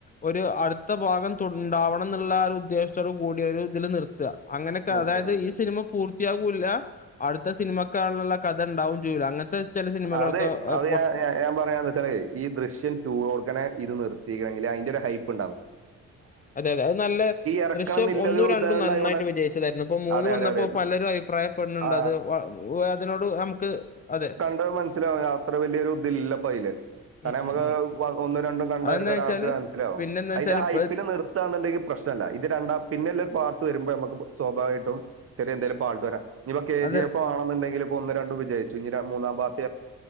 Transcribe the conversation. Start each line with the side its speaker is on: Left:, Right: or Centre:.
Left: ഒരു ഒരു അടുത്ത ഭാഗം ഉണ്ടാവണം എന്നുള്ള ഒരു ഉദ്ദേശത്തോട് കൂടി ഒരു ഇതിൽ നിർത്തുക അങ്ങനെയൊക്കെ
Right: നിർത്തി
Left: അതായത്
Right: നിർത്തി
Left: ഈ സിനിമ പൂർത്തി ത്തിയാവൂല അടുത്ത സിനിമക്കളിലുള്ള കഥ ഉണ്ടാവും ചെയ്യൂല അങ്ങനത്തെ ചില സിനിമകളൊക്കെ
Right: അത്
Left: ഏഹ്
Right: അത്
Left: പൊട്ട്
Right: ഞാൻ പറയാന്ന് വെച്ചാ ഈ ദൃശ്യം റ്റു ഓക്കനെ ഇത് നിർത്തിയിക്കണമെങ്കില് അതിന്റെ ഒരു ഹൈപ്പ്ണ്ടാവും
Left: അതെ അതെ അത് നല്ല
Right: ഇറക്കണം
Left: ദൃശ്യം
Right: എന്നില്ലൊരു
Left: ഒന്നും രണ്ടും
Right: ഇതുണ്ടായോണ്ട്
Left: നന്നായിട്ട് വിജയിച്ചതായിരുന്നു ഇപ്പം മൂന്നു
Right: അതെ
Left: വന്നപ്പോ
Right: അതെ അതെ
Left: പലരും അഭിപ്രായപ്പെടുന്നുണ്ട്
Right: ആ
Left: അത് അതിനോട് നമുക്ക് അതെ
Right: ത് മനസ്സിലാവ അത്ര വലിയൊരു ഇതില്ല പൈയ്‌ല് കാരണം
Left: ഉം
Right: നമുക്ക്
Left: ഉം ഉം.
Right: ഒന്നും രണ്ടും കണ്ടവർ
Left: അതെന്താ
Right: ഒരാൾക്ക്
Left: വെച്ചാല്
Right: മനസ്സിലാവും
Left: പിന്നെന്താ
Right: അതിന്റെ
Left: വെച്ചാല്
Right: ഹൈപ്പിൽ
Left: ഇപ്പൊ
Right: നിർത്താന്നുണ്ടെങ്കിൽ പ്രശ്നമില്ല ഇത് രണ്ടാ പിന്നൊരു പാർട്ട് വരുമ്പോ നമുക്ക് സ്വാഭാവികമായിട്ടും ചെറിയ എന്തേലും ഫാൾട്ട് വരാ ഇനി കെ
Left: അത്
Right: ജി എഫ് ആണുണ്ടെങ്കിൽപ്പോ ഒന്നും രണ്ടും വിജയിച്ചു ഇനി മൂന്നാം പാർട്ട്